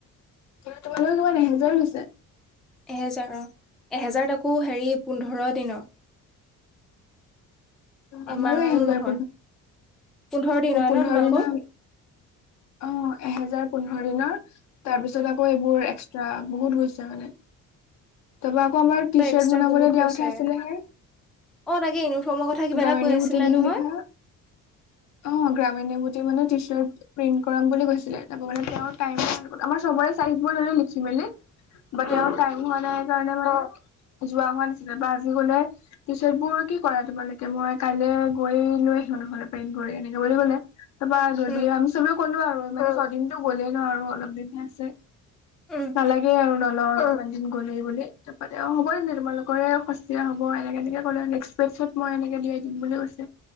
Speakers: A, on the left; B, in the centre.
A: তোমালোকৰ কিমান এহেজাৰ লৈছে
B: এহেজাৰ অ এহেজাত আকৌ হেৰি পোন্ধৰ দিনৰ
A: আমাৰো
B: এমাহৰো
A: এহেজাৰ
B: নহয়, পোন্ধৰ দিনৰে
A: পোন্ধৰ
B: ন তোমালোকৰ?
A: দিনৰ অ', এহেজাৰ পোন্ধৰ দিনৰ তাৰ পিছত
B: উম,
A: আকৌ এইবোৰ এক্সট্ৰা বহুত গৈছে মানে তাপা কৌ আমাৰ টি
B: এক্সট্ৰা
A: শ্বাৰ্ট বনাবলৈ
B: বহুত
A: দিয়া
B: গৈছে।
A: উঠা আছিলেহে।
B: অ', তাকে ইউনিফৰ্মৰ কথা কিবা
A: গ্ৰামিণী
B: এটা কৈ আছিলা
A: হুটি বুলি
B: নহয়?
A: লিখা অ গ্ৰামিণী যি মানে টি শ্বাৰ্ট প্ৰিন্ট কৰাম বুলি কৈছিলে তাৰপা মানে তেওঁৰ টাইম <unintelligible> আমাৰ চবৰে তাৰিখবোৰ মানে লিখি মেলি বা তেও
B: অ',
A: টাইম হোৱা নাই কাৰণে মাই যোৱা হোৱা নাছিলে বা আজি গ'লে টি শ্বাৰ্ট বোৰ কি কৰাই দিব লাগ এতিয়া মই কাইলৈ গৈ লৈ আহিলো নহ'লে প্লেন কৰি এনেকে বুলি ক'লে তাপা যদিহে
B: উম।
A: আমি চবে ক'লো আৰু ছদিনতো গ'লেই ন অলপ দিনহে আছে
B: উম,
A: নালাগে আৰু নলও গিন গ'লে বুলি তাৰপা তে অ', হ'ব তেন্তে তোমালোকৰে সস্তীয়া হ'ব এনেকে এনেকে ক'লে নেক্সট <unintelligible> মই এনেকে দিয়াই দিম বুলি কৈছে।